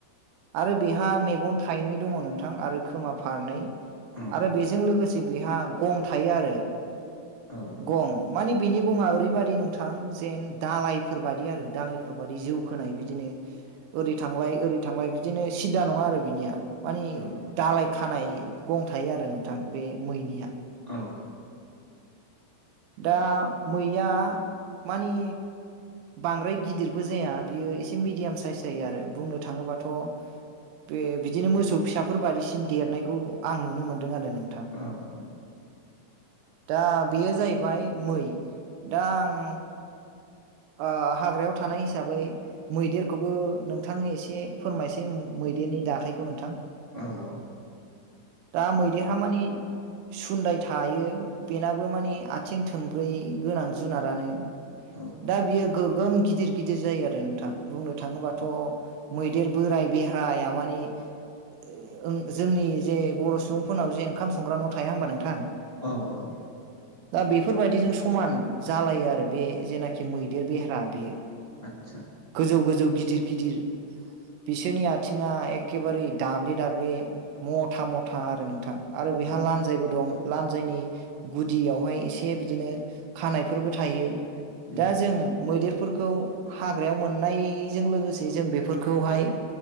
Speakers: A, on the right; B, on the left.
A: आरो बेहा मेगन थाइनै दङ नोंथां आरो खोमा फारनै
B: औ
A: आरो बेजों लोगोसे बेहा गं थायो आरो
B: औ
A: गं माने बिनि गङा ओरैबायादि नोंथां जेन दालायफोर बादि आरो दालायफोर बादि जिउ खोनाय बिदिनो ओरै थांलाय-ओरै थांलाय बिदिनो सिद्दा नङा आरो बिनिया मानि
B: औ
A: दालाय खानाय गं थायो आरो नोंथां बे मैनिया।
B: औ।
A: दा मैया मानि बांद्राय गिदिरबो जाया बियो एसे मिडियाम साइस जायो आरो बुंनो थाङोबाथ' बे बिदिनो मोसौ फिसाफोर बाददिसिम देरनायखौ आं नुनो मोनदों आरो नोंथां।
B: औ।
A: दा बेयो जाहैबाय मै दा आं ओ हाग्रायाव थानाय हिसाबै मैदेरखौबो नोंथांनो एसे फोरमायसै मैदेरनि दाथायखौ नोंथां।
B: औ औ
A: दा मैदेरहा मानि सुन्दाय थायो बेनाबो मानि आ थिं थोंब्रै गोनां जुनारानो
B: औ
A: दा बियो गोगोम गिदिर-गिदिर बिदि जायो आरो नोंथां बुंनो थाङोबाथ' मैदेर बोराय बेहाया मानि <unintelligible> ओं जोंनि जे बर' सुबुंफोरनाव जे ओंखाम संग्रा न' थाया होबा नोंथां
B: औ औ
A: दा बेफोरबायदिजों समान जालायो आरो बे जेनाखि मैदेर बेहेरा बेयो
B: आतसा
A: गोजौ-गोजौ गिदिर-गिदिर बिसोरनि आथिङा एखेबारे दाब्ले-दाब्ले मथा-मथा आरो नोंथां आरो बेहा
B: औ
A: लानजायबो दं लानजायनि गुदियाव बेावहाय एसे बिदिनो खानायफोरबो थायो
B: उम
A: दा जों मैदेरफोरखौ हाग्रायाव मोननायजों लोगोसे जों बेफोरखौहाय